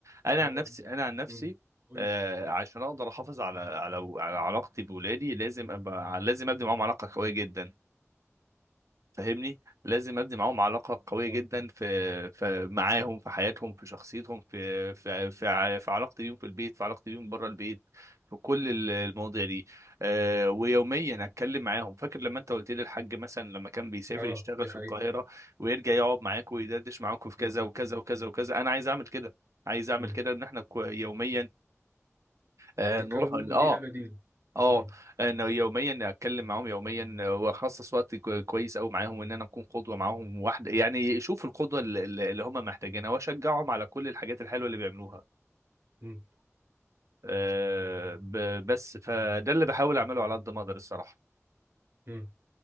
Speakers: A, on the right (about 70°); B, on the right (about 50°).
A: انا
B: ما
A: عن
B: هو
A: نفسي انا عن نفسي
B: مم. قول
A: آه
B: لي
A: عشان اقدر احافظ على على على علاقتي بولادي لازم ابقى لازم ابني معاهم علاقه قويه جدا فاهمني لازم ابني معاهم علاقه قويه
B: اه
A: جدا في, في معاهم في حياتهم في شخصيتهم في في في, ع- في علاقتي بيهم في البيت في علاقتي بيهم بره البيت في كل ال- المواضيع دي أه ويوميا اتكلم معاهم فاكر لما انت قلت لي الحاج مثلا لما كان بيسافر
B: اه
A: يشتغل
B: دي
A: في
B: حقيقة
A: القاهره ويرجع يقعد معاك ويدردش معاك في كذا
B: مم.
A: وكذا وكذا وكذا انا عايز اعمل كده عايز اعمل
B: مم.
A: كده ان احنا كو- يوميا آه
B: تتكون
A: نروح
B: منه
A: اه
B: بيئة بديلة
A: اه
B: مم.
A: انه يوميا اتكلم معاهم يوميا واخصص وقت كو- كويس قوي معاهم ان انا اكون قدوه معاهم واحده يعني شوف القدوه اللي اللي هم محتاجينها واشجعهم على كل الحاجات الحلوه اللي بيعملوها
B: مم.
A: أه ب- بس فده اللي بحاول اعمله على قد ما اقدر الصراحه
B: مم.